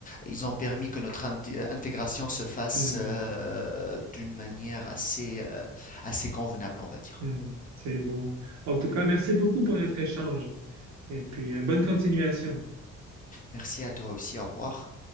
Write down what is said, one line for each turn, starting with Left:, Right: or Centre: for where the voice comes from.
Left: ils ont permis que notre inté- euh, intégration se fasse
Right: Hmm.
Left: euh, d'une manière assez, euh, assez convenable, on va dire.
Right: Hmm. C'est beau. En tout cas, merci beaucoup pour notre échange. Et puis, euh, bonne continuation.
Left: Merci à toi aussi, au revoir.